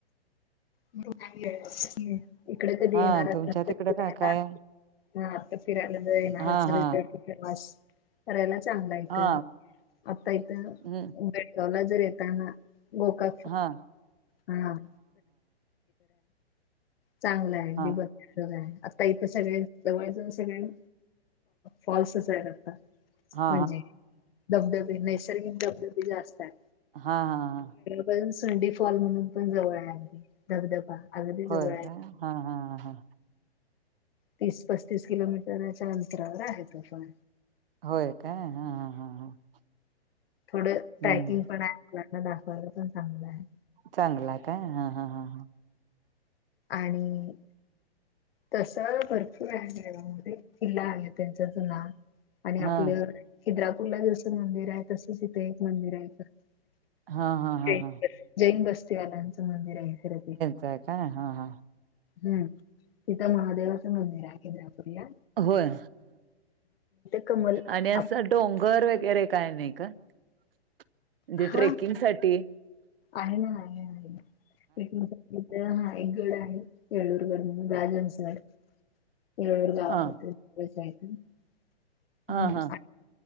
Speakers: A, on the left; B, on the right.
A: <unintelligible> इकडे कधी
B: हा
A: येणार असाल
B: तुमच्या
A: तर
B: तिकडं
A: फिरायला
B: काय काय
A: हा आता फिरायला ज येणार
B: हा
A: असाल
B: हा
A: इडे प्रवाश करायला चांगला यथं
B: हा
A: आता इथंे.
B: हम्म
A: एवला जर येताना गोका
B: हा.
A: हा. चांगला आहे
B: हा
A: दिबत आहे आता इथ सगळे जवळज सगळे फॉल्सच आहे आता
B: हा
A: म्हणजे धबधबे नैसर्गिक धबधबे जास्त आहेत.
B: हा हा हा हा
A: पण संडी फॉल म्हणून पण जवळ आहे अगदी धबधबा अगदी जवळ
B: होय
A: आहे.
B: काय हा हा हा हा
A: तीस पस्तीस किलोमीटरच्या अंतरावर आहे तो पण
B: होय काय हा हा.
A: थोडं ट्रॅकिंग
B: हम्म
A: पण आहे आपना दाखवायला पण चांगलं आहे.
B: चांगला का हा ह ह ह.
A: आणि तस भरपूर आहे गमध्ये किल्ला आहे त्यांचच ना आणि आपलं.
B: हा
A: हिद्रापूरला जस मंदिर आहे तसच इथे एक मंदिर आहे तर
B: हा हा हा हा
A: जैन बस्तीवाल्यांचं मंदिर आहे खरं ते
B: ते काय हा हा.
A: हम् तिथं महादेवाचं मंदिर आहे केद्रापूरला
B: होय
A: कमल
B: आणि
A: आप-
B: डोंगर वगैरे काय नाही का म्हणजे
A: हा
B: ट्रेकिंग साठी
A: आहे ना आहे आहे एक हा एक गड आहे येळूरगड म्हण राजनसर येळूर गावाात
B: हा
A: बसयत हम्.
B: हा हा